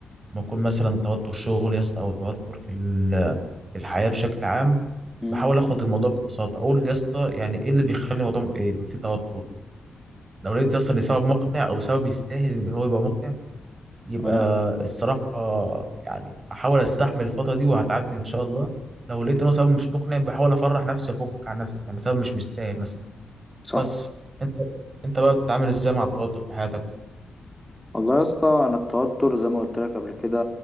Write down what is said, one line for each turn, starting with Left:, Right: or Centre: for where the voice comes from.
Right: ما يكون مثلا توتر شغل يا اسطى او توتر في ال- في الحياه بشكل عام
Centre: م-
Right: بحاول اخد الموضوع ببساطه اقول يا اسطى يعني ايه اللي بيخلي الموضوع م- إيه يبقى فيه توتر لو لقيت يا اسطى ان سبب مقنع او سبب يستاهل ان هو يبقى مقنع يبقى
Centre: تمام
Right: الصراحة يعني أحاول أستحمل الفترة دي وهتعدي إن شاء الله لو لقيت إن هو سبب مش مقنع بحاول أفرح نفسي وأفك عن نفسي يعني سبب مش مستاهل مثلا
Centre: صح
Right: بس أنت أنت بقى بتتعامل إزاي مع التوتر في حياتك
Centre: والله يا اسطى أنا التوتر زي ما قلت لك قبل كده